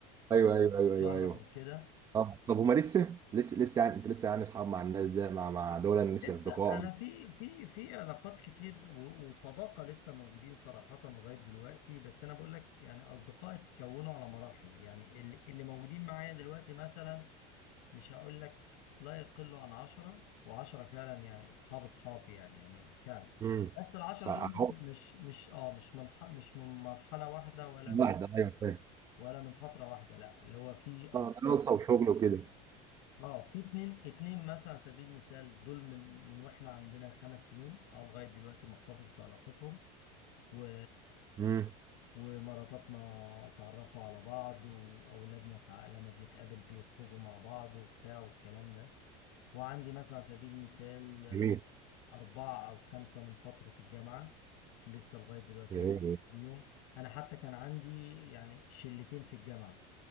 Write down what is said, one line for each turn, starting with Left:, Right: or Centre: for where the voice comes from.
Right: ايوه ايوه ايوه
Left: <laughs> شهر
Right: ايوه ايوه
Left: او كده
Right: اه طب هما لسه لسه لسه يعني انت لسه يعني اصحاب مع الناس ده مع مع دول لسه
Left: لسه
Right: اصدقاء
Left: انا في في في علاقات كتير و- وصداقه لسه موجودين صراحه لغايه دلوقتي بس انا بقول لك يعني اصدقاء اتكونوا على مراحل يعني اللي, اللي موجودين معايا دلوقتي مثلا مش هقول لك لا يقلوا عن عشرة وعشرة فعلا يعني اصحاب اصحابي يعني يعني فعلا
Right: امم
Left: بس العشرة
Right: صح
Left: دول مش مش اه مش من ح- مش من مرحله واحده ولا من
Right: واحده ايوه فاهم
Left: ولا من فتره واحده لا اللي هو في اصدقاء
Right: اه دراسه وشغل وكده
Left: اه في اتنين اتنين مثلا على سبيل المثال دول من من واحنا عندنا خمس سنين اه لغايه دلوقتي محتفظ بعلاقتهم و
Right: امم
Left: ومراتاتنا اتعرفوا على بعض واولادنا ساعات لما بنتقابل بيخرجوا مع بعض وبتاع والكلام ده وعندي مثلا على سبيل المثال آه،
Right: جميل
Left: اربعه او خمسه من فتره الجامعه لسه لغايه دلوقتي
Right: جميل
Left: محتفظ بيهم انا حتى كان عندي يعني شلتين في الجامعه